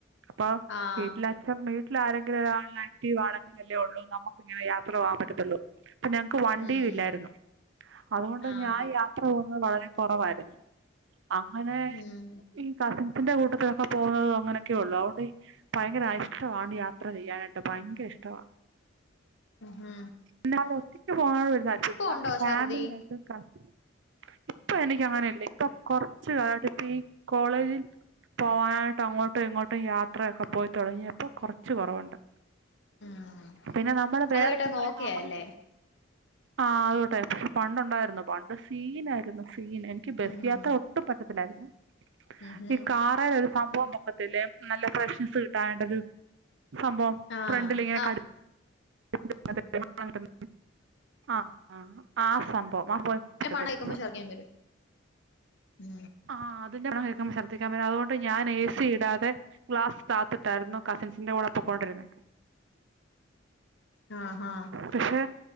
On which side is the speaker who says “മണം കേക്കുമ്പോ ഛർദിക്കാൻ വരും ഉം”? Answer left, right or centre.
Left